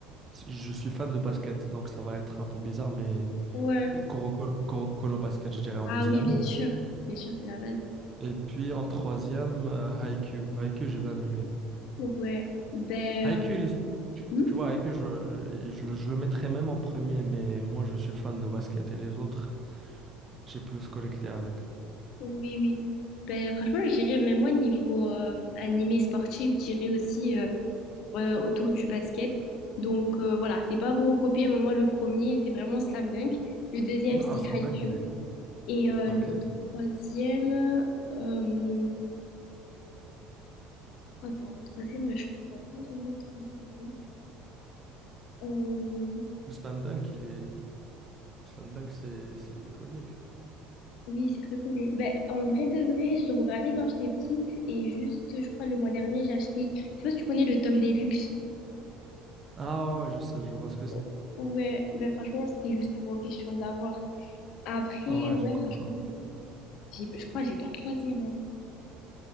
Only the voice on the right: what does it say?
je suis fan de basket, donc ça va être un peu bizarre, mais
Koro Kono Basket, je dirais en
deuxième.
Et puis en troisième, euh, Haikyuu. Haikyuu, j'ai bien aimé.
Haikyuu,
il est- tu
tu vois, Haikyuu, je, je le je le mettrais même en premier, mais moi, je suis fan de basket et les autres, j'ai plus connecté avec.
Non,
Slam
Dunk, il est...
Ok.
Le Slam Dunk, il est... Slam Dunk, c'est c'est iconique.
Ah ouais, ouais, je sais, je vois ce que c'est.
Ah Ouais,
je comprends.